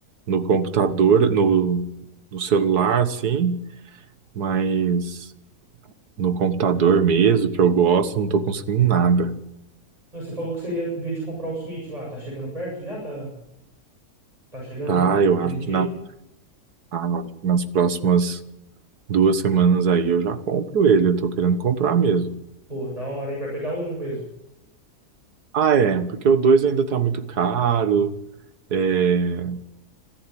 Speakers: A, on the right; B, on the right.
A: no computador, no, no celular, assim, mas no computador mesmo, que eu gosto, não tô conseguindo nada.
B: Não, Você falou que você ia ver de comprar o Switch lá. Tá chegando perto já? Tá, tá chegando
A: Tá,
B: no dia
A: eu acho
B: de dia?
A: que na, ah, eu acho que nas próximas duas semanas aí eu já compro ele, eu tô querendo comprar mesmo.
B: Pô, da hora, hein? Vai pegar um mesmo.
A: Ah, é, porque o 2 ainda tá muito caro. É,